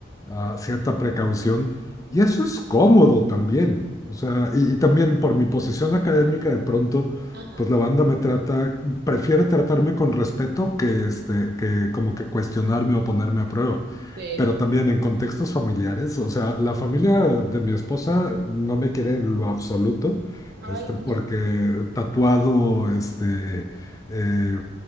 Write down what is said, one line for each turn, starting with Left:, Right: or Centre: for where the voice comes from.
Left: ah, cierta precaución. Y eso es cómodo también. O sea, y, y también por mi posición académica, de pronto,
Right: Ajá,
Left: pues la banda me trata, prefiere tratarme con respeto que, este, que como que cuestionarme o ponerme a prueba.
Right: sí,
Left: Pero
Right: sí,
Left: también
Right: sí.
Left: en contextos familiares, o sea, la familia de mi esposa no me quiere en lo absoluto,
Right: Ay,
Left: este,
Right: no.
Left: porque
Right: <laughs>
Left: tatuado, este, eh,